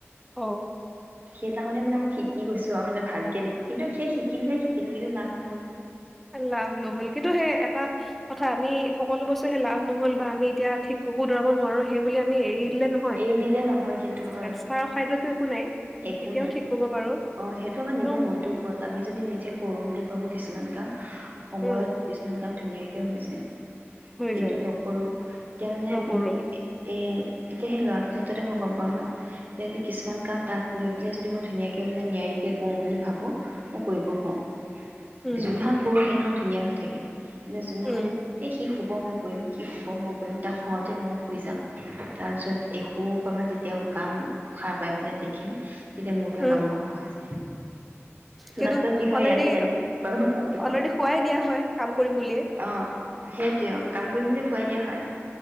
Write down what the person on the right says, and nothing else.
সেইদিনাখনে মানে মই শিকি গৈছো আৰু মানে ভালকে কিন্তু সেই শিকিলোহে শিকিলো কিন্তু লাভ নহ'ল
এৰি দিলে নহয় কিন্তু হয়
একো
নাই
অ সেইটো আমাৰ নিজৰ
মনটোৰ ওপৰত আমি যদি নিজে কৰো বুলি ভাবো কিছুমান কাম সময়ত
কিছুমান কাম ধুনীয়াকে স হৈছে
কিন্তু
নকৰো এতিয়া মানে
মোৰ এ এতিয়া সেই ল'ৰাটোৰ ক্ষেত্ৰতে মই গম পাওঁ ন এতিয়া যে কিছুমান কাম তাক লৈ পেলাই যদি মই ধুনীয়াকে মানে নিয়াৰিকে কৰো বুলি ভাবো মই কৰিব কাৰো
যোনদিনাখন কৰোঁ সেইদিনাখন ধুনীয়া হয় ঠিকে কিন্তু যোনদিনাখনে
এই সি শুব মই কৰিম সি শুব মই কৰিম তাক শুৱাওতে ময়ো শুই যাও তাৰপিছত এসোপামান যেতিয়া কাম সাৰ পাই পেলাই দেখিম তেতিয়া মোৰটোৱে
কাম নকৰা হৈছে।
লাষ্টত কি হয়
ইয়াকে গালি পাৰো লৰাটোক
অ সেইটয়ে অ কাম কৰিম বুলি <unintelligible> দিয়া হয়।